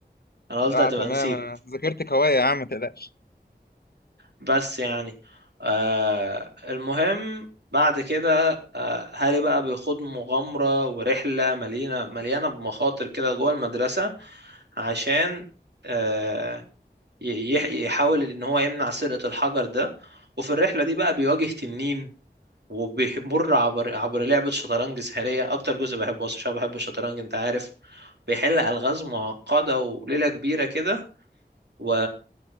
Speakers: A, on the right (about 75°); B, on the left (about 60°).
A: انا قلت
B: لا
A: هتبقى
B: تمام
A: نسيت
B: انا ذاكرتك قويه يا عم ما تقلقش
A: بس يعني آه المهم بعد كده آه هاري بقى بيخوض مغامرة ورحلة مليانة مليانة بمخاطر كده جوه المدرسة عشان آه، ي- يح- يحاول ان هو يمنع سرقة الحجر ده وفي الرحلة دي بقى بيواجه تنين وبيمر عبر عبر لعبة شطرنج سحرية أكتر جزء بحبه أصلا عشان بحب الشطرنج أنت عارف بيحل ألغاز معقدة وليلة كبيرة كده و...